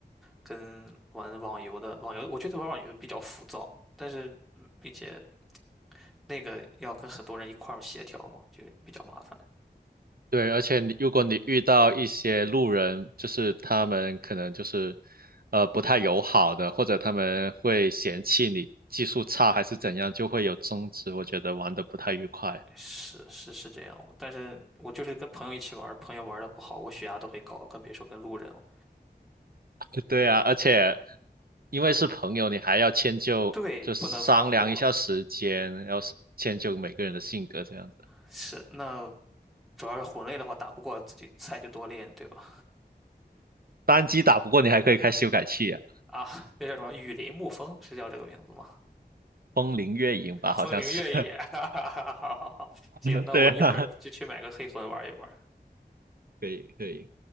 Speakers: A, in the centre; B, on the right.
A: 跟玩网游的网游，我觉得玩网游比较浮躁，但是嗯并且那个要跟很多人一块儿协调嘛，就比较麻烦。
B: 对，而且你如果你遇到一些路人，就是他们可能就是呃不太友好的，或者他们会嫌弃你技术差还是怎样，就会有争执。我觉得玩的不太愉快。
A: 是是是这样，但是我就是跟朋友一起玩，朋友玩的不好，我血压都会高，更别说跟路人了。
B: <laughs> 对啊，而且因为是朋友，你还要迁就，
A: 对，
B: 就商量一下时间，
A: 不能发火，
B: 要是迁就每个人的性格这样子。
A: 是那主要是魂类的话，打不过自己菜就多练，对吧？
B: 单机打不过，你还可以开修改器啊，
A: 啊，那叫什么？雨林沐风是叫这个名字吗？
B: 风铃月影吧，
A: 风铃越野，
B: 好像是。
A: <laughs> 哈哈哈，好好好，
B: <laughs>
A: 行，那我一会儿就去买个黑魂玩一玩。
B: 对啊，<laughs> 可以可以。